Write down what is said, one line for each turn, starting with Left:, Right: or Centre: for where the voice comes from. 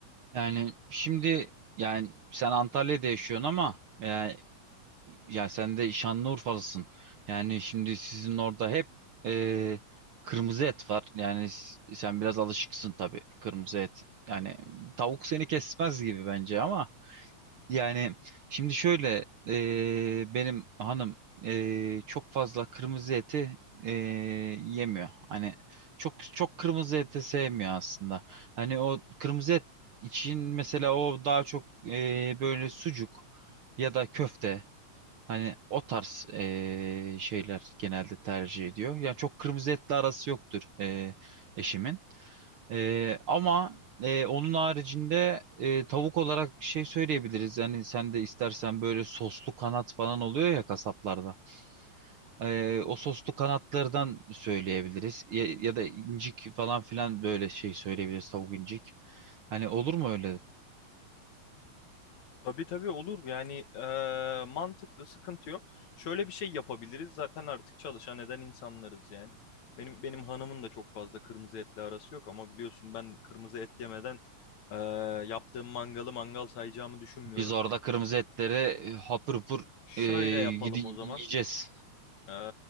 Right: Yani şimdi yani sen Antalya'da yaşıyorsun ama yani, ya sen de Şanlıurfalısın. Yani şimdi sizin orada hep e, kırmızı et var. Yani s- sen biraz alışıksın tabii kırmızı et. Yani tavuk seni kesmez gibi bence ama. Yani şimdi şöyle eee, benim hanım eee, çok fazla kırmızı eti eee, yemiyor. Hani çok çok kırmızı eti sevmiyor aslında. Hani o kırmızı et için mesela o daha çok eee, böyle sucuk ya da köfte hani o tarz eee, şeyler genelde tercih ediyor. Yani çok kırmızı etle arası yoktur eee, eşimin. Ee, ama e, onun haricinde e, tavuk olarak şey söyleyebiliriz. Yani sen de istersen böyle soslu kanat falan oluyor ya kasaplarda. Ee, o soslu kanatlardan söyleyebiliriz. Ya, ya da incik falan filan böyle şey söyleyebiliriz tavuk incik. Hani olur mu öyle?
Left: Tabii tabii olur. Yani eee, mantıklı, sıkıntı yok. Şöyle bir şey yapabiliriz. Zaten artık çalışan eden insanlarız yani. Benim benim hanımın da çok fazla kırmızı etle arası yok ama biliyorsun ben kırmızı et yemeden eee, yaptığım mangalı mangal sayacağımı düşünmüyorum.
Right: Biz orada kırmızı etleri e, hapır hapır
Left: Şöyle
Right: e,
Left: yapalım
Right: gidi-
Left: o zaman.
Right: yiyeceğiz.
Left: Ee,